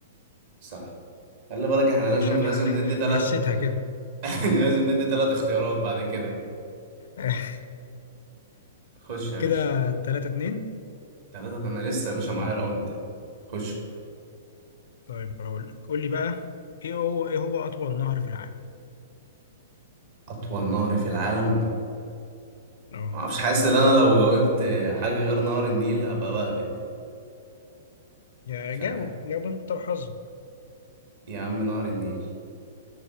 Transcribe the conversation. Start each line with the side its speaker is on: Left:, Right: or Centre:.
Right: صح خلي بالك احنا لازم
Left: انا شايف
Right: لازم
Left: ح... ح...
Right: ندي ثلاثة
Left: حسيتها كده
Right: <laughs> لازم ندي ثلاث اختيارات بعد كده
Left: <laughs>
Right: خش يا
Left: كده
Right: باشا
Left: 3 2
Right: ثلاثة انا لسه يا باشا معايا راوند خش
Left: طيب هقول لك قول لي بقى ايه هو ايه هو اطول نهر في العالم
Right: أطول نهر في العالم
Left: اه
Right: معرفش حاسس ان انا لو جاوبت حاجة غير نهر النيل هبقى بهبد
Left: يا
Right: مش
Left: جاوب
Right: عارف
Left: جاوب انت وحظك
Right: يا عم نهر النيل